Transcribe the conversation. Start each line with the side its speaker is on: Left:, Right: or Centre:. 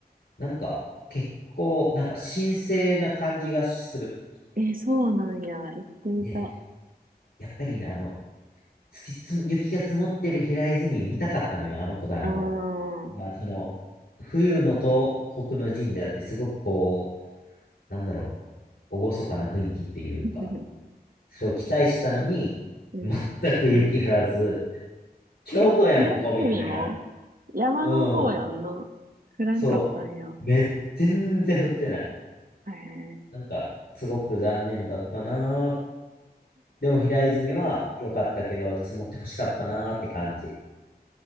Left: なんか、結構、なんか神聖な感じがする。
Right: えー、そうなんや。行ってみた。
Left: ね、
Right: あ
Left: やっぱりね、あの、月つむ、雪が積もってる平泉見たかったのよ、あの子だも
Right: あ、<laughs> う
Left: まあ、その、冬の東北の神社ってすごくこう、なんだろう、厳かな雰囲気っていうか、
Right: ん。
Left: それを期待したのに、
Right: うん
Left: 全く雪降らず、京都やん、
Right: え、平泉も
Left: ここみたいな。
Right: 山の方やんな。
Left: うん、
Right: 降らんかったんや。
Left: そう。め、全然降ってない。
Right: へえ、
Left: なんか、すごく残念だったなーでも平泉は良かったけど、積もって欲しかったなーって感じ。
Right: うん